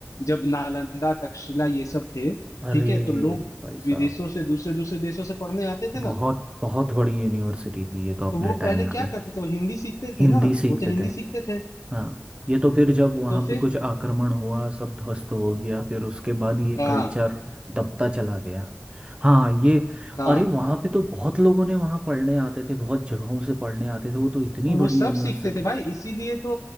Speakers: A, on the left; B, on the right.
A: जब नालंदा तक्षशिला ये सब थे
B: अरे
A: ठीक है तो लोग
B: भाई
A: विदेशों
B: साहब
A: से दूसरे दूसरे देशों से पढ़ने आते थे
B: बहुत
A: ना
B: बहुत बड़ी यूनिवर्सिटी थी ये तो अपने
A: तो वो पहले
B: टाइम
A: क्या
B: की
A: करते थे वो हिंदी सीखते
B: हिंदी
A: थे ना
B: सीखते
A: वो तो हिंदी
B: थे
A: सीखते थे
B: हाँ ये तो फिर जब वहाँ
A: तो फिर
B: पे कुछ आक्रमण हुआ सब ध्वस्त हो गया फिर उसके बाद ये
A: हाँ
B: कल्चर दबता चला गया हाँ ये
A: हाँ
B: अरे वहाँ पे तो बहुत लोगों ने वहाँ पढ़ने आते थे बहुत जगहों से पढ़ने आते थे वो तो इतनी
A: तो
B: बड़ी
A: वो सब
B: यूनिवर्सिटी
A: सीखते थे भाई इसीलिए तो